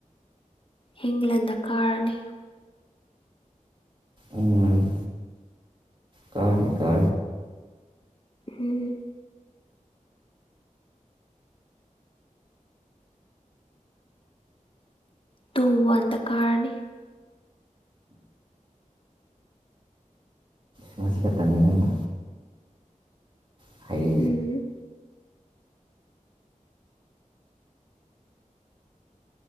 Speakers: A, on the left; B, on the right.
A: ꯍꯤꯡꯂꯅ ꯀꯥꯔꯅꯤ
B: ꯎꯝ ꯀꯥ ꯅꯤꯀꯥ
A: ꯎꯝ ꯇ ꯑꯟꯗ ꯀꯥꯔꯅꯤ
B: ꯆꯁꯤ ꯈ ꯇꯅꯤꯅꯅ ꯍꯥꯏ
A: ꯎꯝ